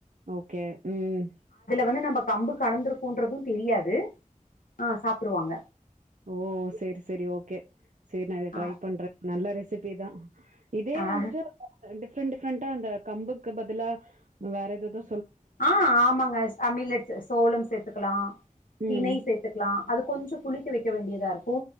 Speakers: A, on the right; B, on the left.
A: ஓகே ம்
B: வந்து நம்ம கம்பு கலந்திருக்கும்ன்றதும் தெரியாது ஆ சாப்படுவாங்க
A: ஓ சேரி சேரி ஓகே சேரி நா அத
B: ஆ
A: ட்ரை பண்றே நல்ல ரெஸ்ட் பி தா இதே
B: ஆ
A: வந்துட்டு அ டிஃப்ரெண்ட் டிஃப்ரெண்டா அந்த கம்புக்கு பதிலா வேற எதெதோ
B: ஆஹ் ஆமாங்க அ மில்லட்டுஸ் சோளம் சேத்துக்கலா திணை
A: ம்
B: சேத்துக்லா அது கொஞ்ச புளிக்க வைக் க்க வேண்டியதாருக்கு